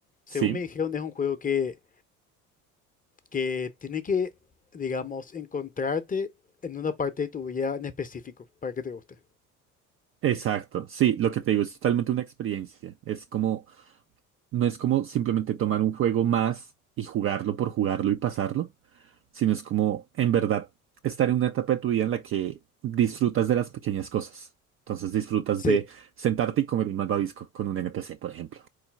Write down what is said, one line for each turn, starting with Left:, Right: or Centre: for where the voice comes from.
Left: según
Right: Sí.
Left: me dijeron es un juego que que tiene que, digamos, encontrarte en una parte de tu vida en específico para que te guste.
Right: Exacto, sí, lo que te digo es totalmente una experiencia. Es como, no es como simplemente tomar un juego más y jugarlo por jugarlo y pasarlo, sino es como, en verdad, estar en una etapa de tu vida en la que disfrutas de las pequeñas cosas. Entonces disfrutas
Left: Sí,
Right: de sentarte y comer un malvavisco con un NPC, por ejemplo,